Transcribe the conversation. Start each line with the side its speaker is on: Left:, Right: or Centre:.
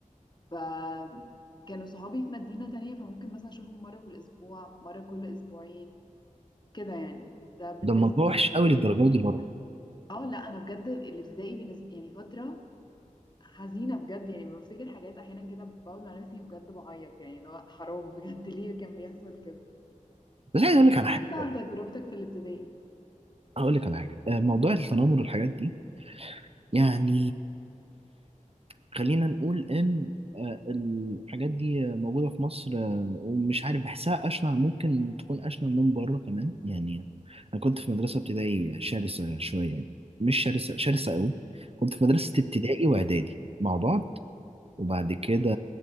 Left: فكانوا صحابي في مدينة تانية فممكن مثلا اشوفهم مرة في الاسبوع مرة كل اسبوعين كده يعني ده بالنسبة
Right: ده الموضوع وحش قوي للدرجه دي برضه
Left: اه لا انا بجد الابتدائي بالنسبة يعني فترة حزينة بجد يعني بفتكر حاجات احيانا كده بقعد مع نفسي بجد بعيط يعني اللي هو حرام بجد <laughs> ليه كان بيحصل كده
Right: بس عايز اقول لك على حاجه
Left: انت عن
Right: برضه
Left: تجربتك في الابتدائي
Right: هقول لك على حاجه آه، موضوع التنمر والحاجات دي يعني خلينا نقول ان آه، الحاجات دي آه، موجوده في مصر آه، ومش عارف بحسها اشنع ممكن تكون اشنع من بره كمان يعني انا كنت في مدرسه ابتدائي شرسه شويه يعني مش شرسه شرسه قوي كنت في مدرسه ابتدائي واعدادي مع بعض وبعد كده